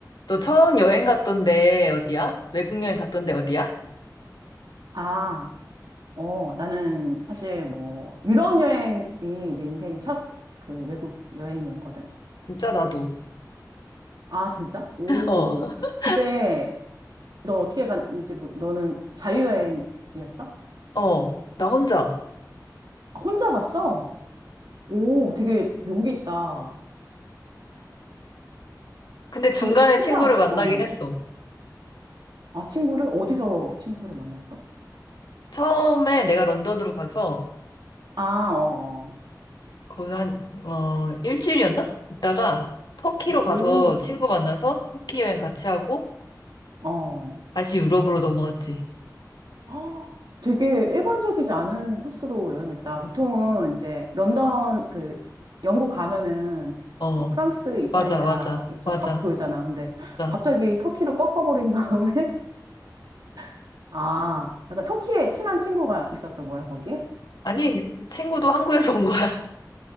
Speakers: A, on the left (about 75°); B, on the right (about 75°).
A: 너 처음 여행 갔던데 어디야? 외국 여행 갔던데 어디야?
B: 아, 어, 나는 사실 뭐, 유럽 여행이 내 인생 첫 그 외국 여행이었거든?
A: 진짜 나도.
B: 아, 진짜? 오,
A: <laughs>
B: 그때 넌 어떻게 갔는지, 모르- 너는 자유여행이었어?
A: 어, 어, 나 혼자.
B: 아, 혼자 갔어? 오, 되게 용기 있다.
A: 근데 중간에
B: 그, 혼자?
A: 친구를 만나긴
B: 어.
A: 했어.
B: 아, 친구를? 어디서 친구를 만났어?
A: 처음에 내가 런던으로 가서
B: 아, 어,
A: 거기서 한, 어, 일주일이었나? 있다가 터키로
B: 어. 오.
A: 가서 친구 만나서 터키 여행 같이 하고
B: 어.
A: 다시 유럽으로 넘어왔지.
B: 헉, 되게 일반적이지 않은 코스로 여행했다. 보통은 이제 런던, 그, 영국 가면은
A: 어,
B: 뭐 프랑스, 이탈리아
A: 맞아, 맞아,
B: 이쪽
A: 맞아,
B: 확 돌잖아. 근데
A: 맞아.
B: 갑자기 터키를 꺾어버린 다음에, <laughs> 아, 약간 터키에 친한 친구가 있었던 거야, 거기?
A: 아니, 친구도 한국에서 온 거야. <laughs>